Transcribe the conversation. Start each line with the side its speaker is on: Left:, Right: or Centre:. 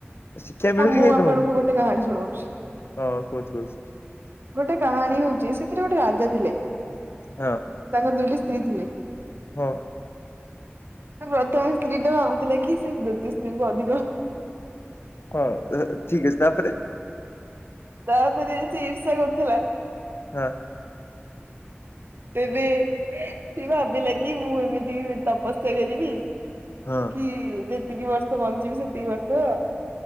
Left: ଶିକ୍ଷା ମିଳୁଛି
Right: ହଁ ମୁଁ
Left: କି ନାଇଁ
Right: ଆପଣଙ୍କୁ
Left: ତମକୁ
Right: ଗୋଟେ କାହାଣୀ ଶୁଣଉଛି
Left: ହଁ କହୁଛି କହୁଛି
Right: ଗୋଟେ କାହାଣୀ ହଉଛି, ସେଥିରେ ଗୋଟେ ରାଜା ଥିଲେ
Left: ହଁ
Right: ତାଙ୍କ ଦୁଇଟି ସ୍ତ୍ରୀ ଥିଲେ।
Left: ହଁ
Right: ପ୍ରଥମ ସ୍ତ୍ରୀ ଟା ଭାବୁଥିଲା କି ସେ ଦ୍ବିତୀୟ ସ୍ତ୍ରୀଙ୍କୁ ଅଧିକ
Left: ହଁ ଏଇଟା ଠିକ ଅଛି ତାପରେ।
Right: ତାପରେ ସେ ଈର୍ଷା କରୁଥିଲା।
Left: ହଁ।
Right: ତେବେ ସେ ଭାବିଲା କି ମୁଁ ଏମିତି ତପସ୍ୟା କରିବି
Left: ହଁ
Right: କି ଯେତିକି ବର୍ଷ ବଞ୍ଚିବି ସେତିକି ବର୍ଷ